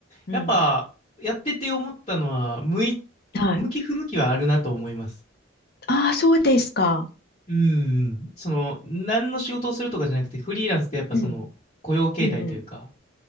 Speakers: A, on the left (about 50°); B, on the left (about 30°).
A: うん。
B: やっぱ、やってて思ったのは、向い、
A: はい。
B: 向き不向きはあるなと思います。
A: ああ、そうですか。
B: うん、その、何の仕事をするとかじゃなくて、フリーランスってやっぱその、
A: うん。
B: 雇用形態というか、
A: うんうん。